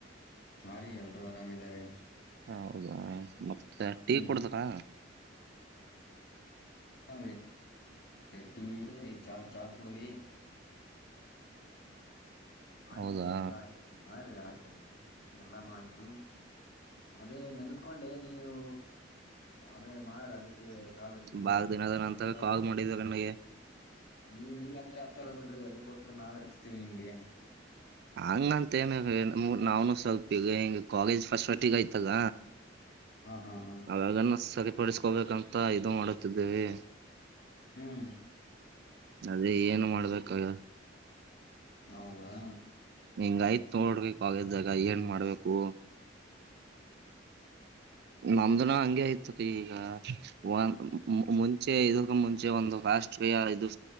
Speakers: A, on the left (about 55°); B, on the right (about 55°).
A: ಹಾ ರೀ ಎಲ್ರುೂ ಆರಾಮಿದಾರಿ.
B: ಹೌದಾ ಮತ್ತೆ ಟೀ
A: ಹ್ಮ್
B: ಕುಡುದ್ರಾ.
A: ಹಾರೀ <unintelligible> ಚಾ ಚಾ ಕುಡವಿ. ಆಯ್ತ್ರಿ
B: ಹೌದಾ
A: ಎಲ್ಲಾ ಆಯ್ತು ಆರೀ ಆಯ್ತಾಯ್ತು ಎಲ್ಲಾನು ಆಯ್ತು. ಅದೇ ನೆನ್ಸ್ಕೊಂಡೆ ನೀವು. ಅದೇ ಮಾಡದೆ ಅದಕ್ಕೆ ಕಾಲ್ ಹಚ್ಚಿದಿರಿ
B: ಬಾಳ್ ದಿನದ ನಂತರ
A: ನೀವಾದ್ರೂ.
B: ಕಾಲ್ ಮಾಡಿದ್ರ ನನಗೆ
A: ನೀವ್ ನೀವ್ ಅಂದ್ರೆ ಹತ್ತರ ಬಿಡ್ರಿ ಅದಕ್ಕೋಸ್ಕರ ನಾವೇ ಹಚ್ತೀವಿ ನಿಮ್ಗೆ.
B: ಹಂಗ ಅಂತ ಏನ ಇ ಮು ನಾವುನು ಸ್ವಲ್ಪ ಈಗ ಹಿಂಗ ಕಾಲೇಜ್ ಫಸ್ಟ್ ಹೊಟ್ಟಿಗೌತಲ್ಲ.
A: ಹಾ ಹಾ ಹಾ
B: ಅವಾಗನ್ನ ಸರಿಪಡಿಸಕೋಬೇಕಂತ ಇದು ಮಾಡುತ್ತಿದ್ದೇವೆ.
A: ಹ್ಮ್
B: ಅದೇ ಏನು ಮಾಡ್ಬೇಕ ಎನೋ.
A: ಹೌದಾ
B: ಹಿಂಗ ಆಯ್ತ್ ನೋಡ್ರಿ ಕಾಲೇಜ್ದಾಗ ಏನ್ ಮಾಡ್ಬೇಕು. ನಮ್ದನ ನಾವ್ ಹಂಗೆ ಆಯ್ತ ರೀ ಈಗ ಒಂದ್ ಮು <unintelligible> ಚೆ ಇದಕ್ಕೂ ಮುಂಚೆ ಒಂದು ರಾಷ್ಟ್ರೀಯ ಇದು